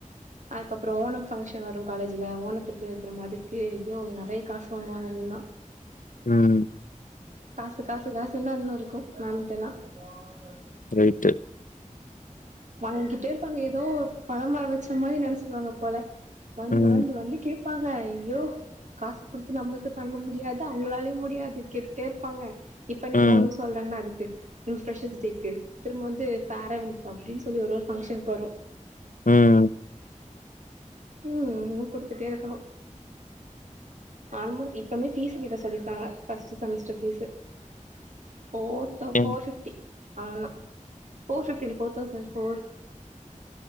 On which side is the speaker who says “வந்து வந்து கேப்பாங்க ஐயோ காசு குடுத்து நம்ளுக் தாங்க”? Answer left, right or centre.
Right